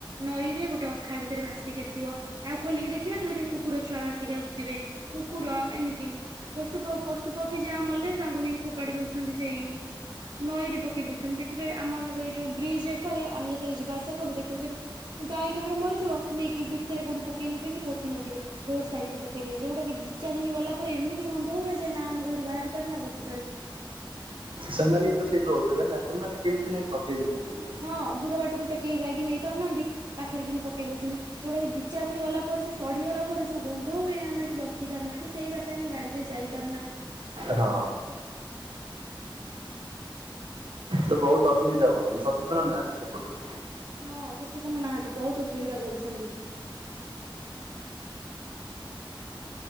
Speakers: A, on the right (about 60°); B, on the right (about 80°).
A: ନଈରେ ଗୋଟେ ଅଖା ଭିତରେ ଭାସିକି ଆସିବ ତାକୁ ଖୋଲିକି ଦେଖିବା ତ ଦେଖିବା କୁକୁର ଛୁଆ ଭାସିକି ଆସୁଥିବେ। କୁକୁର ଏମିତି। ପଶୁ ପଶୁ ପକ୍ଷୀ ଯାହା ମଲେ ତାଙ୍କୁ ନେଇକି ଫୋପାଡି ଦଉଛନ୍ତି ସେଇ। ନଈ ରେ ପକେଇ ଦଉଛନ୍ତି ଦେଖିବେ ଆମର ସେଇ ଯୋଉ ବ୍ରିଜ୍ ଏକରେ ଆମେ ଯେତେବେଳେ ଯିବା ଆସିବା କରୁ ଦେଖିବେ ସେଠି। ଗାଈ କାହାର ମରିଥିବ ନେଇକି ଭିତରେ କୋଉଠି ପକେଇ ନଥିବେ କି ପୋତି ନଥିବେ। ରୋଡ ସାଇଡ ରେ ପକେଇଥିବେ ଯୋଉଟାକି ଦି ଚାର ଦିନ ଗଲା ପରେ ଏମିତି ଗନ୍ଧ ହୁଏ ଯେ ନା ଆମ ଘରୁ ବାହାରି ପାରୁ ନା ବସି ପାରୁ।
B: ସେମାନେ ବି ତ ସେଇଠି ରହୁଥିବେ ନା ସେମାନେ କେମିତି ନେଇ ପକେଇ ଦଉଛନ୍ତି।
A: ହଁ ଦୂର ବାଟକୁ ଟେକିକି ଗାଇକି ନେଇପାରୁନାହାନ୍ତି ପାଖରେ କିି ପକେଇ ଦଉଛନ୍ତି। ଯୋଉଟାକି ଦି ଚାରି ଦିନ ଗଲା ପରେ ସେ ସଢିଗଲା ପରେ ଯୋଉ ଗନ୍ଧ ହୁଏ ଆମେ ଏଠି ବସି ପାରୁନା କି ସେଇ ବାଟ ଏତେ ଆମେ ଗାଡ଼ିରେ ଯାଇପାରୁନା।
B: ହଁ। ତ ବହୁତ ଅସୁବିଧା କରୁଛନ୍ତି ସଚେତନ ନାହାନ୍ତି ସେପଟରେ।
A: ହଁ ସଚେତନ ନାହାନ୍ତି ବହୁତ ଅସୁବିଧା କରୁଛନ୍ତି।